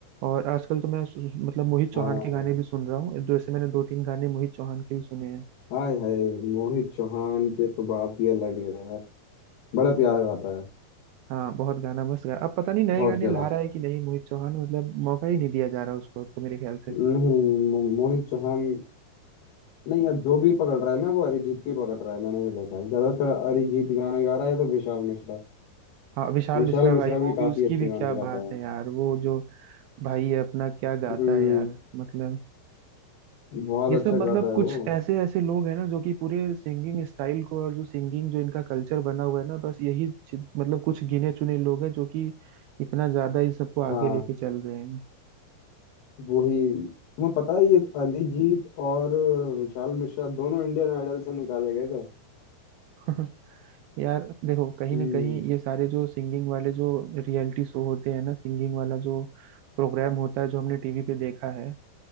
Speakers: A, on the right; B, on the left.
A: और आजकल तो मैं सु- सु- मतलब मोहित चौहान
B: हाँ
A: के गाने भी सुन रहा हूँ जैसे मैंने दो तीन गाने मोहित चौहान के भी सुने हैं
B: हाय हाय मोहित चौहान के तो बात ही अलग है यार बड़ा प्यारा गाता है
A: हाँ बहुत गाना मस्त गा अब पता नहीं नए
B: बहुत
A: गाने
B: ज्यादा
A: ला रहा है कि नहीं मोहित चौहान मतलब मौका ही नहीं दिया जा रहा उसको अब तो मेरे ख्याल से
B: नहीं मो, मोहित चौहान नहीं अब जो भी पकड़ रहा है ना वो अरिजीत भी पकड़ रहा है मैंने ये देखा है ज्यादातर अरिजीत गाने गा रहा है तो विशाल मिश्रा
A: हाँ विशाल
B: विशाल
A: मिश्रा
B: मिश्रा
A: भाई वो
B: भी
A: भी
B: काफी
A: उसकी
B: अच्छे
A: भी
B: गाने
A: क्या
B: गाता
A: बात
B: है
A: है यार वो जो भाई है अपना क्या गाता
B: हम्म
A: है यार मतलब
B: बहुत
A: ये सब
B: अच्छा
A: मतलब
B: गाता है
A: कुछ
B: वो
A: ऐसे ऐसे लोग हैं ना जो कि पूरे सिंगिंग स्टाइल को और जो सिंगिंग जो इनका कल्चर बना हुआ है ना बस यही चि- मतलब कुछ गिने चुने लोग हैं जो कि इतना ज्यादा इस सबको आगे
B: हाँ
A: लेके चल रहे हैं
B: वही तुम्हें पता है ये अरिजीत और विशाल मिश्रा दोनों इंडियन आइडल से निकाले गए थे
A: <laughs> यार देखो कहीं
B: हम्म
A: ना कहीं ये सारे जो सिंगिंग वाले जो रियलिटी शो होते हैं ना सिंगिंग वाला जो प्रोग्राम होता है जो हमने टीवी पे देखा है